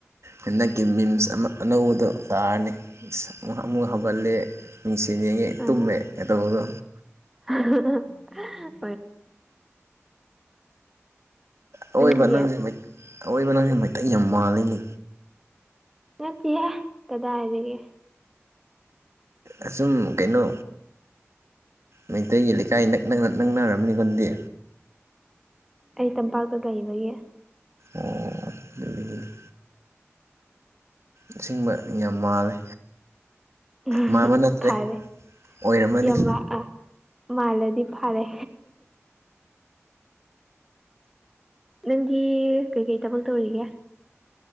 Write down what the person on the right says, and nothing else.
ꯍꯟꯗꯛꯀꯤ ꯃꯤꯝꯁ ꯑꯃ ꯑꯅꯧꯕꯗꯣ ꯇꯥꯔꯅꯤ ꯨ ꯑꯃꯨ ꯑꯃꯨꯛ ꯍꯧꯒꯠꯂꯦ ꯃꯤꯡꯁꯦꯟ ꯌꯦꯡꯉꯦ
ꯇꯨꯝꯃꯦ ꯀꯇꯧꯕꯗꯣ
ꯑꯑꯣꯢꯕ
ꯅꯪꯁꯦ ꯃꯩꯠ ꯑꯑꯣꯢꯕ ꯅꯪꯁꯦ ꯃꯩꯇꯩ ꯌꯥꯝ ꯃꯥꯜꯂꯤꯅꯦ
ꯑꯁꯨꯝ ꯀꯩꯅꯣ ꯃꯩꯇꯩꯒꯤ ꯂꯩꯀꯥꯢ ꯅꯛ ꯅꯛꯅ ꯅꯛꯅꯔꯝꯅꯤꯀꯣ ꯑꯗꯨꯗꯤ
ꯑꯣ ꯑꯗꯨꯗꯤ ꯑꯁꯤꯡꯕ ꯌꯥꯝ ꯃꯥꯜꯂꯦ
ꯃꯥꯟꯕ ꯅꯠꯇ꯭ꯔꯦ
ꯑꯣꯏꯔꯝꯃꯅꯤ